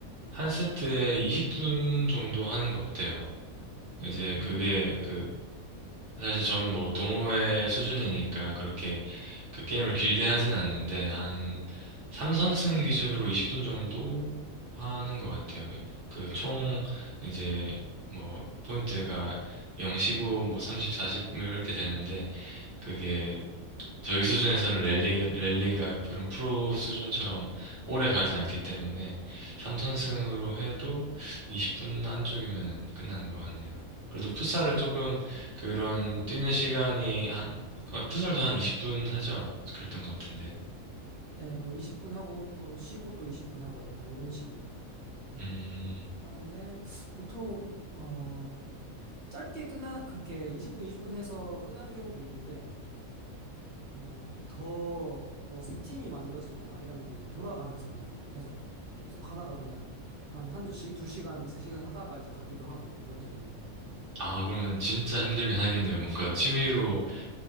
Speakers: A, on the right; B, on the right.
A: 한 세트에 20분 정도 하는 것 같아요. 이제
B: 음,
A: 그게 그, 사실 저는 뭐 동호회 수준이니까 그렇게 그 게임을 길게 하진 않는데 한 3선승 기준으로 20분 정도 하는 것 같아요. 그 총 이제 뭐 포인트가 0, 15, 뭐 30, 40 이렇게 되는데 그게 저희 수준에서는 랠리가, 랠리가 그런 프로 수준처럼 오래 가지 않기 때문에 3선승으로 해도 20분 안쪽이면은 끝나는 것 같네요. 그래도 풋살은
B: 음,
A: 조금 그런 뛰는 시간이 한, 어, 풋살도 한 20분 하죠? 그랬던 것 같은데.
B: 네, 뭐 20분 하고 또 쉬고 또 20분 하고 약간 이런 식으로
A: 음,
B: 하는데 보통, 어, 짧게 끝나, 그렇게 20분, 20분 해서 끝나는 경우도 있는데 어, 더, 뭐, 새 팀이 만들어지거나 이러면은 돌아가면서 그냥 계속, 계속 하다가 그냥 한 한두 시, 두 시간, 세 시간 하다가 이제 가기도 하고 그럴 때도 있는 것 같아요.
A: 아, 그러면 진짜 힘들긴 하겠네요. 뭔가 취미로